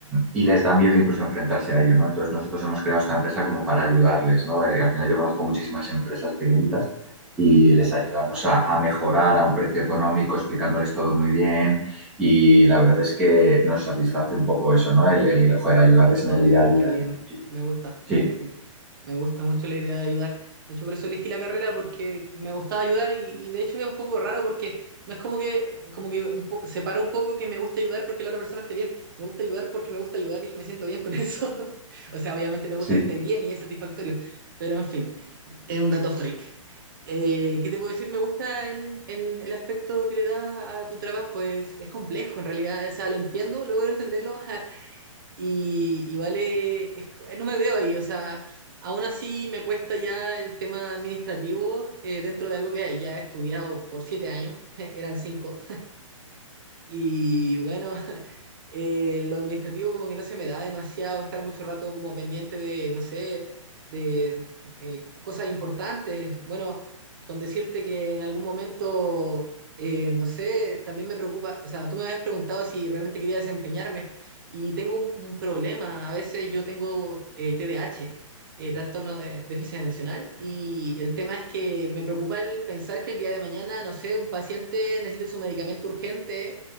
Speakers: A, in the centre; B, on the right.
A: y les da miedo incluso enfrentarse a ello, ¿no? Entonces nosotros hemos creado esta empresa como para ayudarles, ¿no? Eh, al final yo conozco muchísimas empresas pequeñitas y
B: Ujú.
A: les ayudamos a, a mejorar a un precio económico, explicándoles todo muy bien. Y la verdad es que nos satisface un poco eso, ¿no? El, el, joder, ayudarles
B: Poder
A: en el día
B: ayudar,
A: a día.
B: qué bien.
A: y- y-
B: Me gusta.
A: sí,
B: <laughs> Me, me- me gusta mucho la idea de ayudar. De hecho, por eso elegí la carrera, porque me gustaba ayudar y, y de hecho es un poco raro porque no es como que, como que un po- separa un poco que me gusta ayudar porque la otra persona esté bien. Me gusta ayudar porque me gusta ayudar y me siento bien con eso. <laughs> O sea, obviamente me gusta
A: sí.
B: que esté bien y es satisfactorio. Pero en fin, es un dato freak. Eh, ¿qué te puedo decir? Me gusta el, el- el aspecto que le da a tu trabajo. Es, es complejo en realidad. O sea, lo entiendo, logro entenderlo, <laughs> Y igual eh, es- no me veo ahí, o sea, aún así me cuesta ya el tema administrativo eh, dentro de algo que ya he estudiado por siete años, <laughs> eran cinco, y bueno, <laughs> eh, lo administrativo como que no se me da demasiado estar mucho rato como pendiente de, no sé, de eh, cosas importantes. Bueno, con decirte que en algún momento, eh, no sé, también me preocupa, o sea, tú me habías preguntado si realmente quería desempeñarme y tengo un, un problema. A veces yo tengo eh, TDAH, eh, trastorno de déficit atencional, y el tema es que me preocupa el pensar que el día de mañana, no sé, un paciente necesita su medicamento urgente